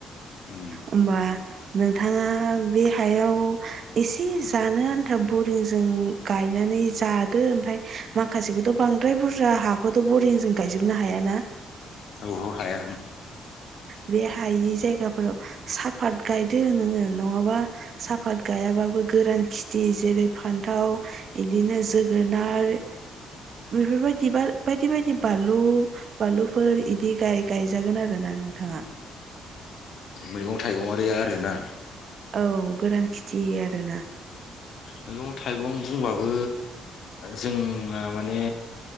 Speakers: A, on the left (about 65°); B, on the right (about 55°).
A: उ।
B: होमबा नोंथाङा बे हायाव एसे जानो आन्था बरिंजों गायनानै जादो ओमफ्राय माखासेखौथ' बांद्राय बुरजा हाखौथ' बरिंजों गायजोबनो हायाना।
A: औ हाया।
B: बे हायि जायगाफोराव सा साफात गायदो नोङो नङाबा साफात गायाबाबो गोरान खेथि जेरै फान्थाव इदिनो जोगोनार बेफोरबायदि बार बायदि बायदि बानलु बानलुफोर इदि गाय-गायजागोन आरो ना नों। थाङा।
A: मैगं थाइगं आरि आरोना?
B: औ गोरान खेथि आरोना।
A: मैगं थाइगं बुंबाबो जोंना माने